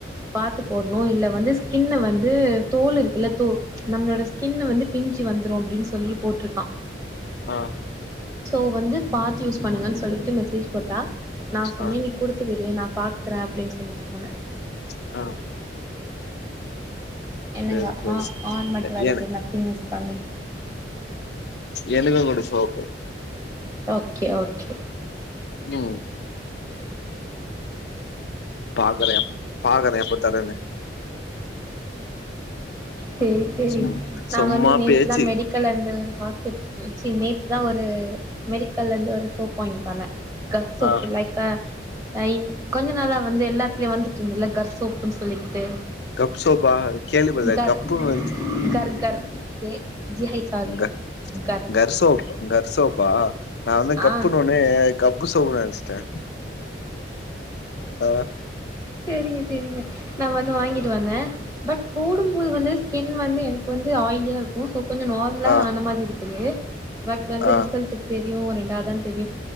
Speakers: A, on the right; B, on the left.
A: பாத்து போட்ணு இல்ல வந்து ஸ்கின்ன வந்து தோல் இருக்குல்ல தோ நம்ளோட ஸ்கின்னு வந்து பிஞ்சு வந்துரு அப்டின் சொல்லி போட்ருக்கா
B: ஆ
A: சோ வந்து பாத்து யூஸ் பண்ணுங்கன் சொல்லிட்டு மெசேஜ் போட்டா நா சொன்னே
B: ஆ
A: நீ குடுத்துவிடு நா பாத்கற அப்டின் சொல்லிட்டு சொன்னே
B: ஆ
A: என்னங்க
B: சேரி சேரி
A: ஆ ஆன் மட்டு வருது
B: எ
A: நத்திங் இஸ் கம்மிங்
B: எனக்கு குடு சோப்பு
A: ஓக்கே ஓக்கே
B: உம் பாக்கறே பாக்கறே எப்ப தரேன்னு
A: சேரி சேரி
B: சும்
A: நா
B: சும்மா
A: வந்து நேத்துதா
B: பேச்சு
A: மெடிக் கலர்ந்து ஒரு ஹாஸ்பிட்டல் சி நேத்து தா ஒரு மெடிக்கல்ல இருந்து ஒரு சோப் வாங்கிட் வந்தே கர் சோப்பு
B: ஆ
A: லைக் க <unintelligible> கொஞ்ச நாளா வந்து எல்லாத்துலயு வந்துட்ருந்துல்ல கர் சோப்புன் சொல்லிக்கிட்டு
B: கப் சோபா கேள்விப்பட்டதில்ல
A: கர்
B: கப்புன் வந்துச்
A: கர் கர் கே ஜி ஹச் ஆர்
B: <unintelligible>
A: கர்
B: கர்சோப் கர்சோப்பா நா வந்து கப்புன்
A: ஆ
B: வ னே கப்பு சோப்பு நெனச்சுட்டே ஆ
A: சேரிங்க சேரிங்க நா வந்து வாங்கிட்டு வந்தே பட் போடும் போது வந்து ஸ்கின் வந்து எனக்கு வந்து ஆயிலியா தா ருக்கு சோ கொஞ்ச நார்மலா
B: ஆ
A: ஆன மாத்ரி இருக்குது பட் வந்து
B: ஆ
A: ரிசல்ட்டு தெரியு ரெண்டாவது தா தெரியு